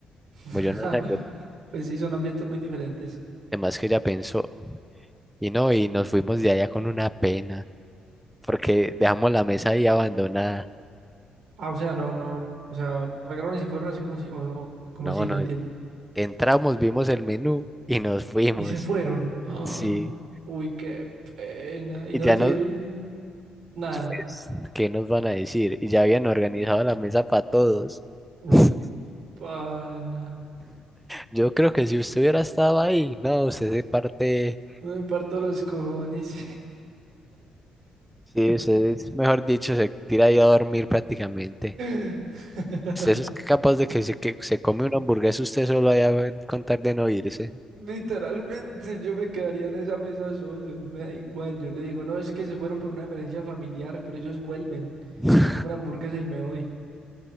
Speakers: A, on the right (about 70°); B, in the centre.
A: <laughs>
B: Bueno, yo no sé, algo
A: Pues sí, son ambientes muy diferentes.
B: de que ella pensó. Y no, y nos fuimos de allá con una pena, porque dejamos la mesa ahí abandonada.
A: Ah, o sea, no, no, o sea, pagaron y se fueron así como si, o, o- como
B: No,
A: así,
B: no,
A: no entiendo.
B: entramos, vimos el menú y nos fuimos,
A: Y se fueron. <gasps> Ah,
B: sí.
A: Uy, qué pena. Y
B: Y
A: no
B: ya
A: les dijeron
B: nos,
A: nada.
B: pues, ¿qué nos van a decir? Y ya habían organizado la mesa para todos.
A: Uy,
B: <laughs>
A: pana.
B: Yo creo que si usted hubiera estado ahí, no, usted se parte
A: Me parto los cojones.
B: Sí, usted, es- mejor dicho, se tira ahí a dormir prácticamente.
A: <laughs>
B: Usted es capaz de que se, que se come una hamburguesa usted solo allá eh, con tal de no irse.
A: Literalmente yo me quedaría en esa mesa solo, me da igual, yo le digo, no, es que se fueron por una emergencia familiar, pero ellos vuelven,
B: <laughs>
A: me como la hamburguesa y me voy.